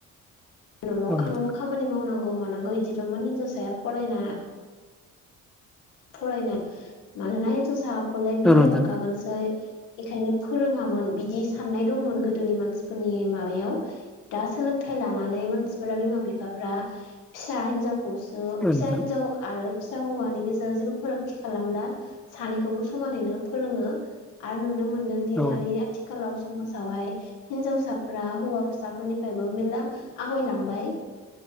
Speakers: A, on the left (about 85°); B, in the centre.
A: न' न'आव
B: औ नोंथां
A: खामानि मावनांगौ मानांगौ बिदिल'मोन हिनजावसाया फरायना फरायनो मानोना हिनजावसाखौलाय बिलाइ
B: औ नोंथां
A: हरखागोनसै बेखायनो फोरोङामोन बिदि साननाय दंमोन गोदोनि मानसिफोरनि माबायाव दा सोलोंथाइ लानानै मानसिफ्रा बिमाबिफाफ्रा फिसा हिनजाव खौसो
B: औ
A: फिसा
B: नोंथां
A: हिनजाव आरो फिसा हौवानि गेजेर जेबो फारागथि खालामला सानैखौबो समानैनो फोरोङो आरो नुनो मोन दोंदि
B: औ
A: दानिआथि खालाव समाजावहाय हिनजावसाफ्रा हौवासाफोरनिफ्रायबो मेरला आगायलांबाय।